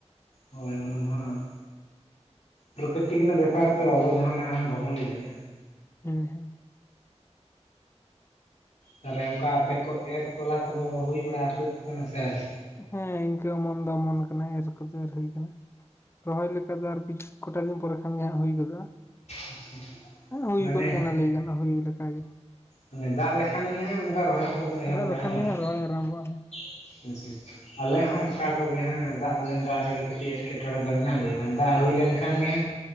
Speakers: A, on the left; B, on the left.
A: ᱦᱳᱭ ᱚᱱᱟ ᱫᱚ ᱦᱟᱜ ᱯᱨᱚᱠᱨᱤᱛᱤᱠ ᱨᱮᱱᱟᱜ ᱵᱮᱯᱟᱨ ᱛᱚ ᱚᱵᱚᱫᱚ ᱱᱟᱦᱟᱜ ᱵᱟᱵᱚᱱ ᱞᱟᱹᱭ ᱫᱟᱲᱮᱭᱟᱜ-ᱟ᱾
B: ᱦᱮᱸ ᱦᱮᱸ᱾
A: ᱛᱟᱦᱚᱞᱮ ᱚᱱᱠᱟ ᱟᱯᱮ ᱠᱚ ᱮᱨ ᱛᱚᱞᱟ ᱠᱚᱫᱚ ᱦᱩᱭ ᱵᱟᱲᱟ ᱥᱟᱹᱛ ᱟᱠᱟᱱᱟ ᱥᱮ ᱟᱹᱣᱨᱤ?
B: ᱦᱮᱸ ᱤᱱᱠᱟᱹ ᱚᱢᱚᱱ ᱫᱚ ᱚᱢᱚᱱ ᱟᱠᱟᱱᱟ ᱮᱨ ᱠᱚᱫᱚ ᱮᱨ ᱦᱩᱭ ᱟᱠᱟᱱᱟ ᱨᱚᱦᱚᱭ ᱞᱮᱠᱟ ᱫᱚ ᱟᱨ ᱠᱤᱪᱷᱩ ᱠᱚᱴᱟ ᱫᱤᱱ ᱯᱚᱨᱮ ᱠᱷᱟᱱ ᱜᱮ ᱦᱟᱸᱜ ᱦᱩᱭ ᱜᱚᱫᱚᱜᱼᱟ
A: ᱟᱪᱪᱷᱟ
B: <unintelligible> ᱦᱮ ᱦᱩᱭ
A: ᱢᱟᱱᱮ
B: ᱜᱚᱫ ᱠᱟᱱᱟ ᱞᱟᱹᱭ ᱜᱟᱱᱚᱜᱼᱟ ᱦᱩᱭ ᱞᱮᱠᱟᱜ ᱜᱮ᱾
A: ᱢᱟᱱᱮ ᱫᱟᱜ ᱞᱮᱠᱷᱟᱱ ᱜᱮ ᱦᱟᱜ ᱚᱱᱠᱟ ᱨᱚᱦᱚᱭ ᱠᱚᱫᱚ ᱮᱦᱚᱵᱚᱜᱼᱟ
B: ᱫᱟᱜ ᱞᱮᱠᱷᱟᱱ
A: ᱦᱮᱸ ᱵᱟᱝ?
B: ᱜᱮ ᱦᱟᱜ ᱨᱚᱦᱚᱭ ᱟᱨᱟᱢᱵᱚᱜᱼᱟ᱾
A: <unintelligible> ᱟᱞᱮ ᱦᱚᱸ ᱚᱱᱠᱟ ᱠᱚᱜᱮ ᱦᱮᱸ ᱫᱟᱜ <unintelligible> ᱨᱮᱜᱮ ᱠᱟᱹᱴᱤᱡ ᱮᱴᱠᱮᱴᱚᱬᱮ ᱫᱚ ᱢᱮᱱᱟᱜ ᱞᱮᱭᱟ᱾ ᱫᱟᱜ ᱦᱩᱭ ᱞᱮᱱᱠᱷᱟᱱ ᱜᱮ